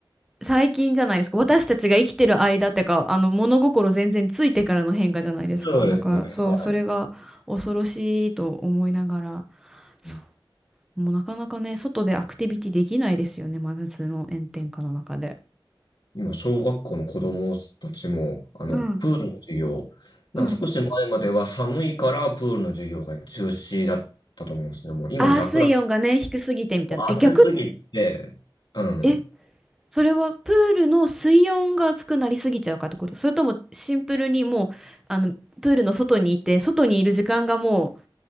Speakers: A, in the centre; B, on the left.
A: 最近じゃないですか。私たちが生きてる間ってか、あの物心全然ついてからの変化じゃないですか。
B: そうですよね。
A: だからそう、
B: は
A: それが恐ろしいと思いながら、そ
B: い
A: うもうなかなかね、外でアクティビティできないですよね、真夏の炎天下の中で。
B: 今、小学校の子供たちも、あの、
A: うん。
B: プールの授業、なんか少し前までは寒いからプールの授業が中止だったと思うんですけども、
A: うん。
B: 今逆ら、
A: ああ、水温がね、低すぎてみたいな。
B: もう暑すぎて、
A: え、逆、
B: うん、
A: え、それはプールの水温が熱くなりすぎちゃうかってことそれともシンプルにもう、あの、プールの外にいて、外にいる時間がもう